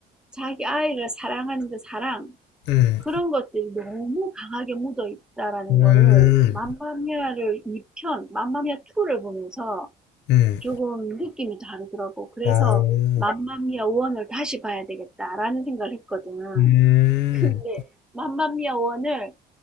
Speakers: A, in the centre; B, on the left (about 90°).
A: 자기 아이를 사랑하는 그 사랑
B: 음,
A: 그런 것들이 너무 강하게 묻어 있다라는
B: 음,
A: 거를 맘마미아를 2편, 맘마미아 2를 보면서
B: 음,
A: 조금 느낌이 다르더라고. 그래서
B: 어,
A: 맘마미아 원을 다시 봐야 되겠다라는 생각을 했거든.
B: 음,
A: 근데 맘마미아 원을